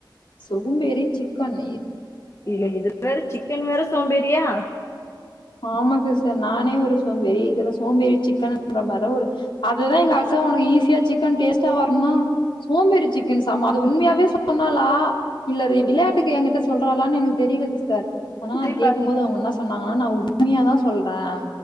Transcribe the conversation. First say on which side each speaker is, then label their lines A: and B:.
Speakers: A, on the left; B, on the left.
A: சோம்பேறி சிக்கன்
B: இதுல இது வேற சிக்கன் வேற சோம்பேரியா
A: ஆமா சிஸ்டர் நானே ஒரு சோம்பேறி இதுல சோம்பேறி சிக்கன்ற மாதிர ஒரு அதுதான் எங்க அக்கா உனக்கு ஈஸியா சிக் கன் டேஸ்ட்டா வரும் சோம்பேறி சிக்கன் சம அது உண்மையாவே சொன்னாலா இல்ல இ விளையாட்டுக்கு எங்கிட்ட சொல்றாளான்னு எனக்கு தெரியல சிஸ்டர் ஆனா
B: இப்டி
A: நான் கேக்கும்
B: பாத்தீங்கன்னா
A: போது அவங்க என்னா சொன்னாங்கன்னா நா உண்மையாதான் சொல்றேன்